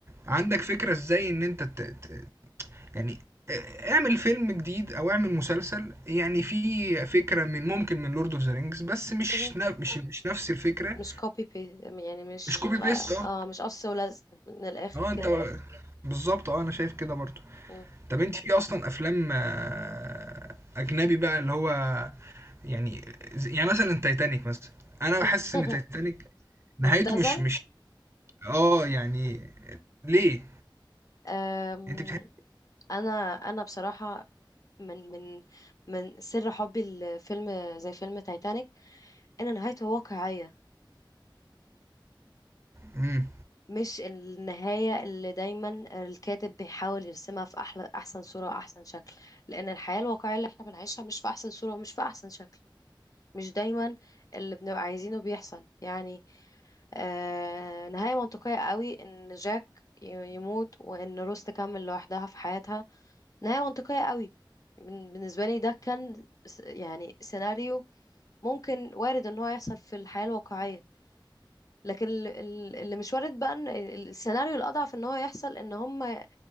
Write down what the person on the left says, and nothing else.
مهم.
مش copy paste يعني مش
خ-
اه مش قص ولزق من الآخر
كده
مهم.
مهم.
<laughs>
مبتذل
أم،
أنا أنا بصراحة من من من سر حبي لفيلم زي فيلم تايتانيك إن نهايته واقعية
مش النهاية اللي دايما الكاتب بيحاول يرسمها في أحلى أحسن صورة وأحسن شكل لأن الحياة الواقعية اللي احنا بنعيشها مش في أحسن صورة ومش في أحسن شكل مش دايما اللي بنبقى عايزينه بيحصل يعني آه نهاية منطقية قوي إن جاك ي- يموت وإن روز تكمل لوحدها في حياتها نهاية منطقية قوي بن- بالنسبة لي ده كان س- يعني سيناريو ممكن وارد إن هو يحصل في الحياة الواقعية لكن ال- ال- اللي مش وارد بقى ان ال- السيناريو الاضعف ان هو يحصل ان هم